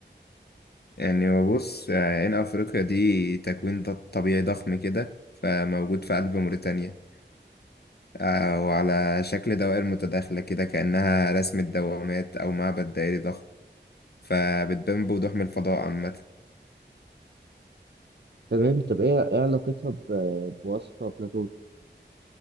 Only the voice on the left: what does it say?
يعني ببص عين أفريقيا دي تكوين ط- طبيعي ضخم كده فموجود في قلب موريتانيا آه، وعلى شكل دوائر متداخلة كده كأنها رسمة دوامات أو معبد دائري ضخم فبتبان بوضوح من الفضاء عامة